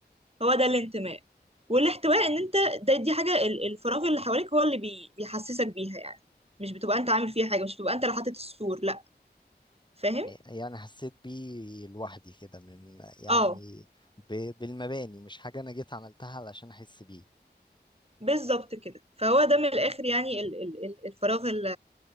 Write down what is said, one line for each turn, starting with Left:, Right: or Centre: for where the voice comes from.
Right: هو ده الانتماء والاحتواء ان انت ده دي حاجه ال- الفراغ اللي حواليك هو اللي بي... بيحسسك بيها يعني مش بتبقى انت عامل فيها حاجه مش بتبقى انت اللي حاطط السور لا فاهم
Left: يعني حسيت بيه لوحدي كده من يعني
Right: اه
Left: ب- بالمباني مش حاجة انا جيت عملتها علشان احس بيه
Right: بالظبط كده فهو ده من الاخر يعني ال ال ال- الفراغ ال